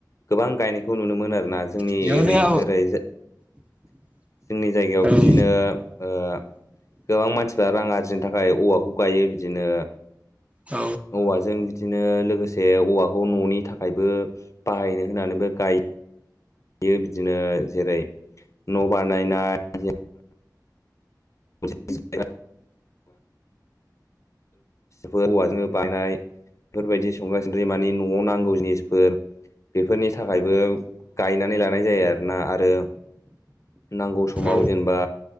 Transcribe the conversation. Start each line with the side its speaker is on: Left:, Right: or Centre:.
Left: गोबां गायनायखौ नुनो मोन आरोना जोंनि
Right: बेयावनो
Left: ओरै ओरै जोंनि जायगायाव
Right: औ
Left: बिदिनो ओ गोबां मानसिफ्रा रां आरजिनो थाखाय थाखाय औवाखौ गायो बिदिनो
Right: औ
Left: औवाजों इदिनो लोगोसे औवाखौ न'नि थाखायबो बाहायनो होनानैबो गायो यो बिदिनो जेरै न' बानायनाय <unintelligible> फोर औवाजोंनो बायनाय बेफोरबायदि संग्रा सिंद्रि मानि न'आव नांगौ जिनिसफोर बेफोरनि थाखायबो बो गायनानै लानाय जायो आरोना आरो नांगौ समाव
Right: औ
Left: जेनेबा